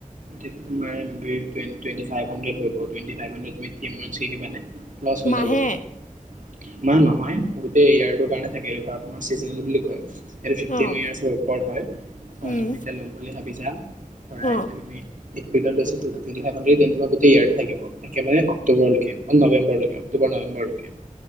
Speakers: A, on the right (about 70°); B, on the left (about 70°).
A: ঠিক, তোমাৰ বি টুৱেন, টুৱেণ্টি-ফাইভ হাণ্ড্ৰেড ল'ব। টুৱেণ্টি-ফাইভ হাণ্ড্ৰেড তুমি থ্ৰী মান্থচ শিকিবানে? লচ হৈ
B: মাহে
A: যাব। এমাহ নহয়, গোটেই ইয়াৰটোৰ কাৰণে থাকে ঘৰত তোমাৰ চিজনেল বুলি কয়। এইটো ফিফটিন
B: অ',
A: ইয়াৰ্চ উপৰত হয়, ধৰা
B: উম,
A: তুমি এতিয়া ল'ম বুলি ভাবিছা, ধৰা
B: অ',
A: এতিয়া তুমি এপ্ৰিলত লৈছ- ত', two, twenty five hundred ten, কিবা গোটেই ইয়াৰটো থাকিব, একেবাৰে অক্টোবৰ লৈকে অহ' নৱেম্বৰ লৈকে। অক্টোবৰ নৱেম্বৰ লৈকে।